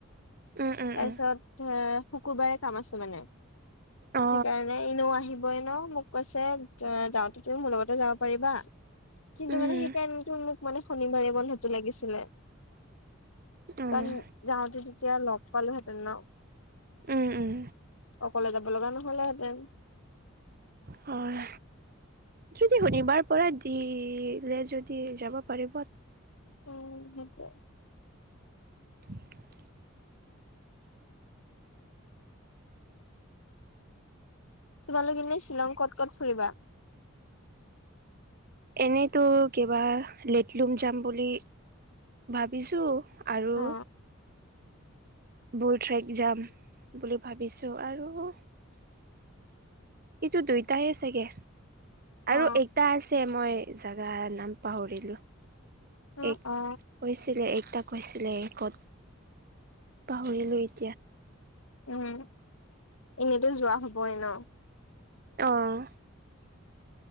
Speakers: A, on the right; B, on the left.
A: উম উম উম
B: তাৰপিছত <unintelligible> শুকুৰবাৰে কাম আছে মানে।
A: অ
B: সেইকাৰণে এনেও আহিবই ন, মোক কৈছে এ যাওঁতে তুমি মোৰ লগতে যাব পাৰিবা। কিন্তু
A: উম
B: মানে সেইকাৰণেটো মোক মানে শনিবাৰে বন্ধটো লাগিছিলে।
A: উম
B: কাৰণ যাওঁতে তেতিয়া লগ পালোহেঁতেন ন।
A: উম উম
B: অকলে যাব লগা নহলেহেঁতেন।
A: হয়। যদি শনিবাৰ পৰা দি লে যদি যাব পাৰিব
B: উম, সেইটোৱে।
A: <inaudible>
B: তোমালোক এনেই শ্বিলং ক'ত - ক'ত ফুৰিবা?
A: এনেইতো কিবা লেটলুম যাম বুলি ভাবিছো আৰু
B: অ
A: বুল ট্ৰেক জাম বুলি ভাবিছো আৰু এইটো দুইটাই চাগে
B: অ
A: আৰু এইটা আছে মই জেগা নাম পাহৰিলো,
B: অ
A: এই
B: অ
A: কৈছিলে এই তাক কৈছিলে ই ক'ত পাহৰিলেই।
B: উম, এনেতো যোৱা হবই ন?
A: অ',